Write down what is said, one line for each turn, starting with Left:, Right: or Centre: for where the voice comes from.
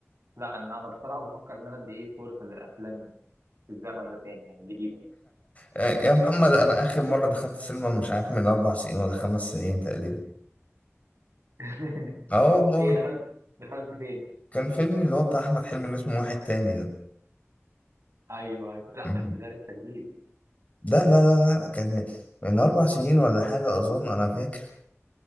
Right: لا انا انا بصراحه بفكر ان انا ادي ايه فرصه للافلام في الزمن ده تاني يعني الجديده
Left: آه يا محمد انا اخر مره دخلت السينما مش عارف من اربع سنين ولا خمس سنين تقريبا
Right: <laughs>
Left: اه والله
Right: ايه دخلت دخلت فين
Left: كان فيلم اللي هو بتاع احمد حلمي اللي اسمه واحد تاني ده
Right: ايوه ايوه لا
Left: مم.
Right: بس ده لسه جديد
Left: ده لا لا لا كان من من اربع سنين ولا حاجه اظن انا فاكر